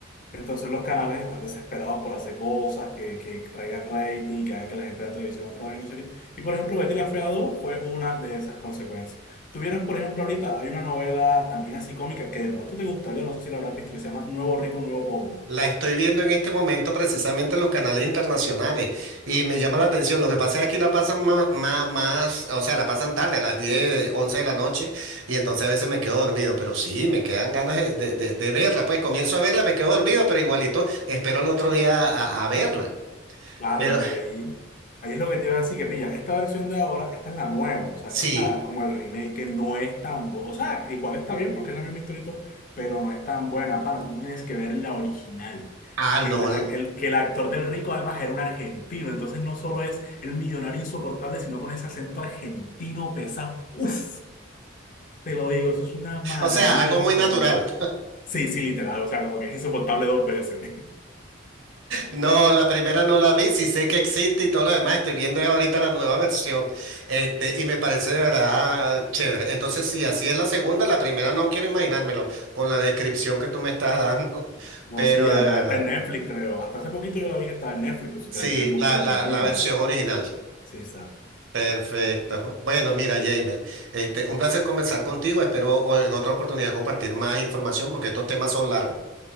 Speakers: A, on the left; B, on the right.
A: Entonces los canales están desesperados por hacer cosas que, que traigan rating y que hagan que la gente vea televisión otra vez, no sé qué. Y por ejemplo, Betty la Fea 2 fue una de esas consecuencias. Tuvieras, por ejemplo, ahorita hay una novela también así cómica que de pronto te gustaría, no sé si la habrás visto, que se llama Nuevo Rico, Nuevo Pobre.
B: La estoy viendo en este momento precisamente en los canales internacionales y me llama la atención. Lo que pasa es que aquí la pasan más, más, o sea, la pasan tarde, a las 10, 11 de la noche y entonces a veces me quedo dormido, pero sí, me quedan ganas de, de- de- de verla. Pues comienzo a verla, me quedo dormido, pero igualito espero al otro día a, a verla.
A: Claro,
B: Pero
A: y ahí, ahí es lo que te iba a decir, que pilla, esta versión de ahora, esta es la nueva, o sea,
B: sí,
A: esta es la, como el remake, que no es tan buena, o sea, igual está bien porque es la misma historia, y todo, pero no es tan buena, pana, tú tienes que ver la original,
B: ah, no,
A: que el, ac- el- que el actor del rico además era un argentino, entonces no solo es el millonario insoportable, sino con ese acento argentino pesado, uff, te lo digo, eso es una maravilla
B: o sea, algo
A: absoluta.
B: muy natural.
A: Sí, sí, literal, o sea, como que es insoportable dos veces.
B: No, la primera no la vi, sí sé que existe y todo lo demás, estoy viendo ahorita la nueva versión, este, y me parece de verdad chévere. Entonces, si así es la segunda, la primera no quiero imaginármelo con la descripción que tú me estás dando, <laughs>
A: No,
B: pero
A: sí, y además
B: de verdad,
A: está en Netflix, creo. Hasta hace poquito yo la vi que estaba en Netflix, pero si
B: sí,
A: te la quieres buscar
B: la,
A: y
B: la,
A: te la pillas.
B: la versión original.
A: Sí, está.
B: Perfecto. Bueno, mira, Jamer, este, un placer conversar contigo, espero o- en otra oportunidad compartir más información porque estos temas son largos.